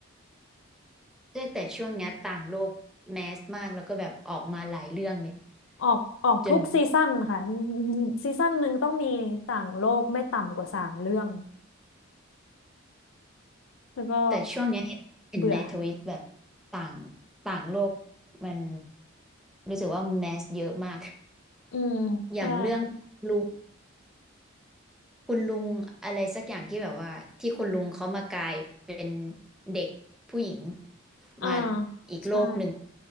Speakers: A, in the centre; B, on the left.
A: แต่แต่ช่วงเนี้ยต่างโลกแมสมากแล้วก็แบบออกมาหลายเรื่องเลย
B: ออกออกทุกซีซั่นค่ะ
A: จน
B: ซีซั่นหนึ่งต้องมีต่างโลกไม่ต่ำกว่าสามเรื่องแล้วก็
A: แต่ช่วงเนี้ยเห็นเห็นในทวิตแบบ
B: เบื่อ
A: ต่างต่างโลกมันรู้สึกว่าแมสเยอะมาก
B: อืมใช่
A: อย่างเรื่องลุงคุณลุงอะไรสักอย่างที่แบบว่าที่คุณลุงเขามากลายเป็นเด็กผู้หญิง
B: อ่า
A: มาอีกโลกหนึ่ง
B: ใช่